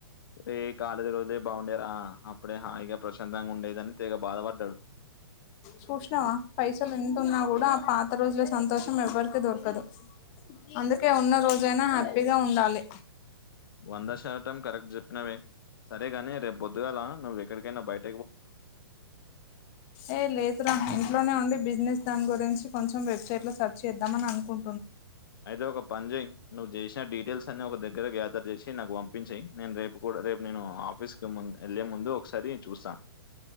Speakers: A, on the left (about 60°); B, on the left (about 35°).
A: ఓరే కాలేజ్ రోజు లే బాగుండేరా అప్పుడే హాయిగా ప్రశాంతంగా ఉండేదని తెగ బాధపడ్డాడు
B: చూసినావా పైసలు ఎంతున్నా కూడా ఆ పాత రోజుల సంతోషం ఎవ్వరికీ దొరకదు అందుకే ఉన్న రోజుైనా హ్యాపీగా ఉండాలి
A: వంద శాతం కరెక్ట్ చెప్పినవే సరే గాని రేపు పోద్దుగాల నువ్వు ఎక్కడికైనా బయటక్
B: ఏ లేదురా ఇంట్లోనే ఉండి బిజినెస్ దాని గురించి కొంచెం వెబ్సైట్ లో సర్చ్ చేద్దామని అనుకుం
A: అయితే ఒక పని చెయ్ నువ్వు చేసిన డీటెయిల్స్ అన్ని ఒక దగ్గర గ్యాదర్ చేసి నాకు పంపించెయ్ నేను రేపు కూడా రేపు నేను ఆఫీస్ కి ము వెళ్ళే ముందు ఒకసారి చూస్తా